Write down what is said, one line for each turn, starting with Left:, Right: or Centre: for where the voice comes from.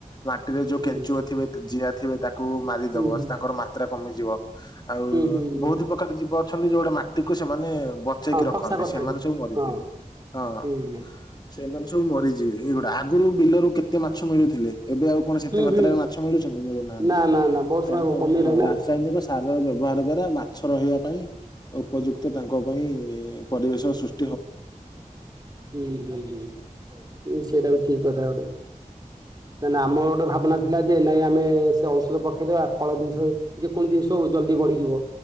Left: ମାଟିରେ ଯୋଉ
Right: ହୁଁ
Left: କେଞ୍ଚୁଅ ଥିବେ ଜିଆ ଥିବେ ତାକୁ ମାରିଦବ
Right: ହୁଁ ହୁଁ
Left: ତାଙ୍କର ମାତ୍ରା କମିଯିବ। ଆଉ
Right: ହୁଁ ହୁଁ
Left: ବହୁତ ପ୍ରକାର ଜୀବ ଅଛନ୍ତି ଯୋଉରା ମାଟିକୁ ସେମାନେ ଅ ପଚେଇକି
Right: ହଁ
Left: ରଖନ୍ତି
Right: ଖପସା କରିଥାନ୍ତି
Left: ସେମାନେ ସବୁ ମରିଯିବେ
Right: ହଁ
Left: ହଁ
Right: ହୁଁ ହୁଁ।
Left: ସେମାନେ ସବୁ ମରି ଯି ଯି ଗୁଡ଼ା ଆଗରୁ ବିଲରୁ କେତେ ମାଛ ମିଳୁଥିଲେ? ଏବେ ଆଉ କଣ ସେତେ
Right: ହୁଁ
Left: ମାତ୍ରାରେ
Right: ହୁଁ।
Left: ମାଛ ମିଳୁଛନ୍ତି ମିଳୁନାହାନ୍ତି
Right: ନା ନା ନା ବହୁତ
Left: କାରଣ
Right: ସମୟ
Left: ଆମ
Right: କମିଗଲା
Left: ହଁ
Right: ନା
Left: ରାସାୟନିକ ସାରର ବ୍ୟବସ୍ ବ୍ୟବହାର ଦ୍ଵାରା ମାଛ ରହିବା ପାଇଁ ଉପଯୁକ୍ତ ତାଙ୍କ ପାଇଁ ପରିବେଶ ସୃଷ୍
Right: ହୁଁ ହୁଁ ହୁଁ ସେଟା ବି ଠିକ କଥା ଗୋଟେ କାହିଁକିନା ଆମ ଗୋଟେ ଭାବନା ଥିଲା ଯେ ନାଇଁ ଆମେ ସେ ଔଷଧ ପକେଇଦବା ଫଳ ଜିନିଷ ଯେକୌଣସି ଜିନିଷ ସବୁ ଜଲ୍ଦି ବଢିଯିବ।